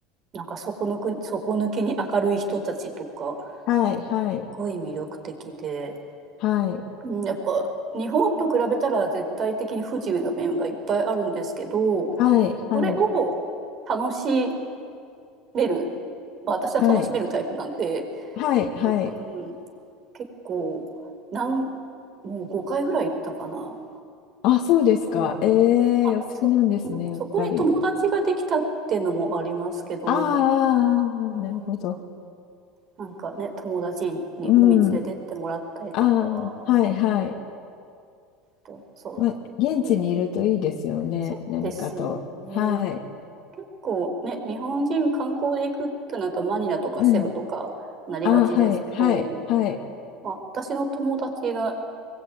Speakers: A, on the right (about 45°); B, on the left (about 60°).
A: なんか底抜く、底抜けに明るい人たちとか、す
B: はい、はい、
A: ごい魅力的で、
B: はい、
A: うんやっぱ日本と比べたら絶対的に不自由な面がいっぱいあるんですけど、
B: はい、はい、
A: それを楽しめる、まあ、私は楽しめるタイプなんで、
B: はい、はい、はい。
A: なんか、うん、結構、なん、もう5回ぐらい行ったかな。
B: あ、そうですか。
A: そう。
B: え
A: あ、
B: ー、お好きなんですね、
A: そ、うん
B: やっぱり。
A: そこに友達ができたっていうのもありますけど、
B: あーあー、
A: うん、
B: あーなるほど。
A: なんかね、友達に海連れてってもらったりとか、
B: うん。ああ、
A: あ
B: はいはい。
A: と、そうだ。
B: まあ、現地にいるといいですよね。
A: うん、そうですね。
B: 何かと。はい。
A: 結構ね、日本人観光で行くってなるとマニラとかセブとかなりがちですけど、
B: うん。ああ、はいはいはい。
A: まあ、私の友達が